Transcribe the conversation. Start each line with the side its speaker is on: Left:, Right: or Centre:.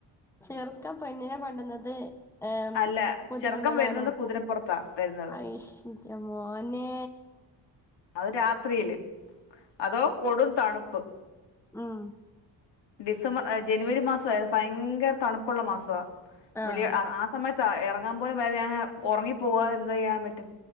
Centre: ചെർക്കം പെണ്ണിനെ കൊണ്ടന്നത്. ഏം
Left: അല്ല
Centre: കുതിരമ്മലണോ?
Left: ചെറുക്കൻ വരുന്നത് കുതിരപ്പുറത്താ വരുന്നത്
Centre: അയിഹി ഇൻ്റമോനേ
Left: അത് രാത്രിയില് അതോ കൊടും തണുപ്പ്.
Centre: ഉും
Left: ഡിസംബ ആ ജനുവരി മാസ ഭയങ്കര തണുപ്പുള്ള മാസാ
Centre: ആഹ്
Left: വെളിയ ആഹാ സമയത്ത് ഇറങ്ങാൻ പോലും വയ്യങ് ഉറങ്ങി പോവാതെന്ത്ചെയ്യാൻ പറ്റും.